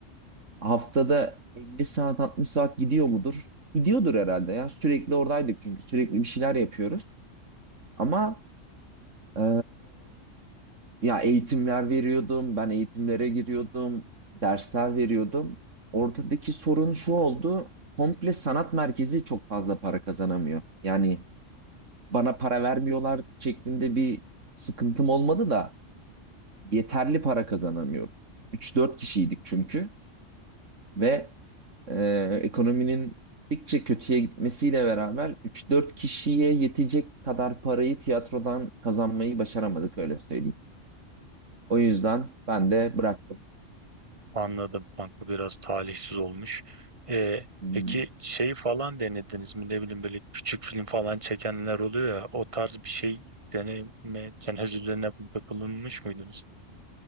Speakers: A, on the right; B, on the right.
A: Haftada 50 saat 60 saat gidiyor mudur? Gidiyordur herhalde ya. Sürekli oradaydık çünkü sürekli bir şeyler yapıyoruz. Ama e, ya eğitimler veriyordum, ben eğitimlere giriyordum, dersler veriyordum. Ortadaki sorun şu oldu. Komple sanat merkezi çok fazla para kazanamıyor. Yani bana para vermiyorlar şeklinde bir sıkıntım olmadı da yeterli para kazanamıyoruz. Üç dört kişiydik çünkü ve e, ekonominin gittikçe kötüye gitmesiyle beraber üç dört kişiye yetecek kadar parayı tiyatrodan kazanmayı başaramadık öyle söyleyeyim. O yüzden ben de bıraktım.
B: Anladım kanka biraz talihsiz olmuş. Ee,
A: Hmm.
B: peki şey falan denediniz mi ne bileyim böyle küçük film falan çekenler oluyor ya o tarz bir şey deneme tenezzüllerine bulunmuş muydunuz?